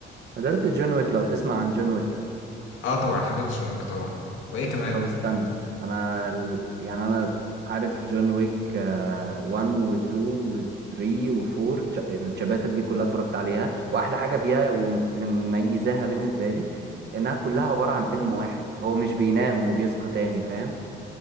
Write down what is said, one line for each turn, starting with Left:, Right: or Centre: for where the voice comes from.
Right: حضرت جون ويك لو تسمع عن جون ويك
Left: اه طبعا حضرت جون ويك طبعا وايه كمان
Right: طب استنى انا ال- يعني انا عارف جون ويك 1 و2 و3 و4 الشابتر دي كلها اتفرجت عليها واحلى حاجه فيها واللي مميزاها بالنسبه لي انها كلها عباره عن فيلم واحد هو مش بينام وبيصحى تاني فاهم